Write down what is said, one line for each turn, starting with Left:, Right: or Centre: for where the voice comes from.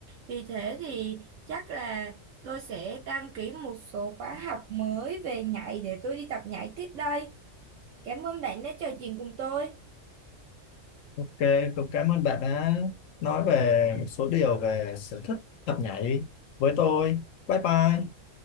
Right: vì thế thì chắc là tôi sẽ đăng ký một số khóa học mới về nhảy để tôi đi tập nhảy tiếp đây cảm ơn bạn đã trò chuyện cùng tôi
Left: ok cũng cảm ơn bạn đã nói về một số điều về sở thích tập nhảy với tôi bye bye